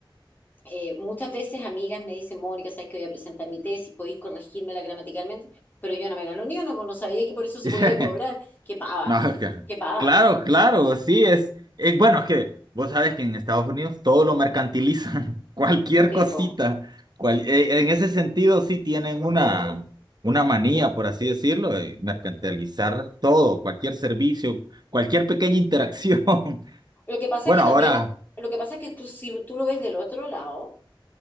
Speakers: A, on the left; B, on the right.
A: eh, muchas veces amigas me dicen, Mónica, sabes que voy a presentar mi tesis, podéis corregírmela gramaticalmente, pero yo no me gano ni una, pues no sabía que por eso se
B: <laughs>
A: podía cobrar. Qué pava,
B: No, <laughs> ca-
A: qué pava,
B: claro, claro, sí, es, es- bueno, es que vos sabes que en Estados Unidos todo lo mercantilizan, <laughs> cualquier
A: Pepo.
B: cosita, cual- eh, en ese sentido sí tienen una, una manía, por así decirlo, de mercantilizar todo, cualquier servicio, cualquier pequeña interacción. <laughs>
A: Lo que pasa
B: Bueno,
A: es que también,
B: ahora,
A: lo que pasa es que tú, si tú lo ves del otro lado,